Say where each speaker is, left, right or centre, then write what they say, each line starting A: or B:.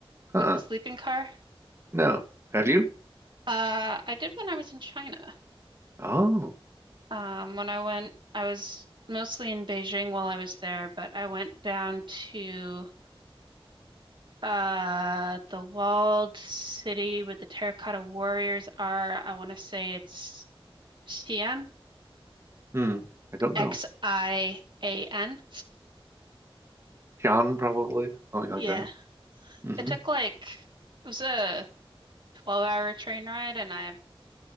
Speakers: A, on the right; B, on the right.
A: Uh-uh.
B: with the sleeping car.
A: No. Have you?
B: Uh, I did when I was in China.
A: Oh.
B: Um, when I went, I was mostly in Beijing while I was there, but I went down to uh, the walled city where the terracotta warriors are. I want to say it's Xi'an,
A: Hmm. I don't know.
B: X-I-A-N.
A: Jan probably, something
B: Yeah,
A: like that. hmm
B: it took like it was a 12-hour train ride, and I